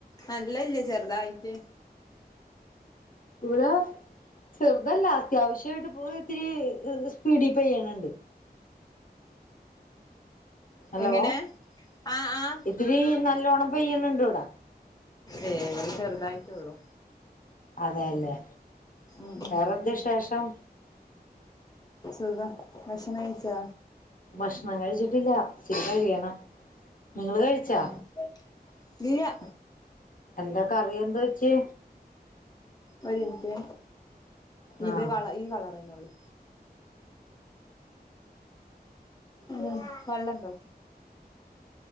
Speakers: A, on the left; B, on the left.
A: നല്ലല്ല ചെറുതായിട്ട്
B: ഉട ചെറ് ഇതല്ല അത്യാവശ്യാട്ട് ഇത്തിരി സ്പീടി പെയ്യ് ണ് ണ്ട് ഹലോ
A: എങ്ങനെ ആഹ് ആഹ്
B: ഇത്തിരി നല്ല ഓണം പെയ്യ് ണ് ണ്ട് ഇവടെ
A: ഏ ഇവിടെ ചെറുതായിട്ടൊള്ളു
B: അതെയല്ലേ
A: ഉം ഉം
B: വേറെന്ത് വിശേഷം
A: സുഖം ഭക്ഷണം കഴിച്ചോ
B: ഭക്ഷണം കഴിച്ചിട്ടില്ല ഇച്ചിരി കഴിയണം നിങ്ങള് കഴിച്ചാ
A: ആഹ് ഇല്ല്യ
B: എന്താ കറി എന്താ വെച്ചേ
A: ഒര് മിൻറ്റെ ഇത്
B: ആഹ്
A: കള ഈ കളറ് തന്നെയേ ഉള്ളു വെള്ളം ഉണ്ടോ